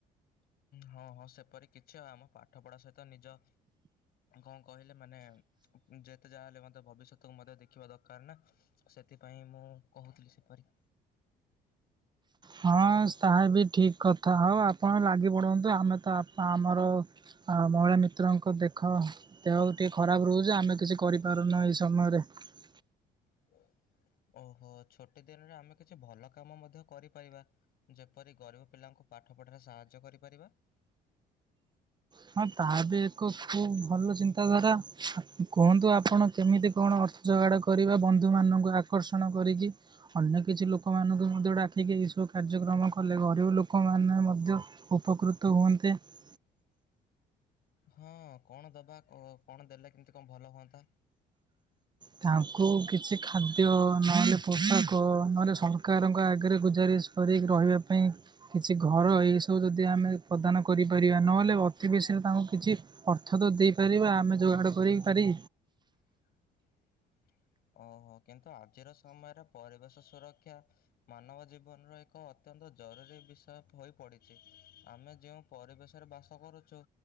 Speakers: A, on the left; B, on the right.
A: ହଁ ହଁ ସେପରି କିଛି ଆମ ପାଠ ପଢା ସହିତ ନିଜ କଁ କହିଲେ ମାନେ ଯେତେ ଯାହା ହେଲେ ମଧ୍ୟ ଭବିଷ୍ୟତକୁ ମଧ୍ୟ ଦେଖିବା ଦରକାର ନା ସେଥିପାଁ ପାଇଁ ମୁଁ କହୁଥିଲି ସେପାରି।
B: ହଁ ତାହା ବି ଠିକ୍ କଥା ହଉ ଆପଣ ଲାଗିପଡ଼ନ୍ତୁ ଆମେ ତ ଆପ୍ ଆମର ଆ ଆଉ ମହିଳା ମିତ୍ରଙ୍କ ଦେଖ ଦେହ ଟିଏ ଖରାପ ରହୁଛି ଆମେ କିଛି କରିପାରୁନାହୁଁ ଏହି ସମୟରେ ।
A: <inaudible> ଓହୋ ଛୋଟି ଦିନରେ ଆମେ କିଛି ଭଲ କାମ ମଧ୍ୟ କରିପାଇବା ଯେପରି ଗରିବ ପିଲାଙ୍କୁ ପାଠ ପଢ଼ାରେ ସାହାଯ୍ୟ କରିପାରିବା ।
B: ହଁ ତାହା ବି ଏକ ଖୁବ୍ ଭଲ ଚିନ୍ତାଧାରା କୁହନ୍ତୁ ଆପଣ କେମିତି କଣ ଅର ଯୋଗାଡ କରିବା ବନ୍ଧୁ ମାନଙ୍କୁ ଆକର୍ଷଣ କରିକି । ଅନ୍ୟ କିଛି ଲୋକମାନଙ୍କୁ ମଧ୍ୟ ଡାକିକି ଏଇସବୁ କାର୍ଯ୍ୟକ୍ରମ କଲେ ଗରିବ ଲୋକମାନେ ମଧ୍ୟ ଉ ଉପକୃତ ହୁଅନ୍ତେ ।
A: <inaudible> ହଁ କଣ ଦବା କ କଣ ଦେଲେ କେମିତି କଣ ଭଲ ହୁଅନ୍ତା?
B: ତାଙ୍କୁ କିଛି ଖାଦ୍ୟ ନହେଲେ ପୋଷାକ ନହେଲେ ସରକାରଙ୍କ ଆଗରେ ଗୁଜାରି ଇସ୍ କରି ରହିବା ପାଇଁ କିଛି ଘର ଏଇସବୁ ଯଦି ଆମେ ପ୍ରଦାନ କରିପାରିବା ନହେଲେ ଅଧି କି ସେ ତାଙ୍କୁ କିଛି ଅର୍ଥ ତ ଦେଇପାରିବା ଆମେ ଯୋଗାଡ଼ କରିପାରି
A: <inaudible> ଓହୋ କିନ୍ତୁ ଆଜିର ସମୟରେ ପରିବେଶ ସୁରକ୍ଷା ମାନବ ଜୀବନର ଏକ ଅ ଅତ୍ୟନ୍ତ ଜରୁରୀ ବିଷୟ ହୋଇପଡ଼ିଚ଼ି ଆମେ ଯେଉଁ ପରିବେଶରେ ବାସ କରୁଚୁ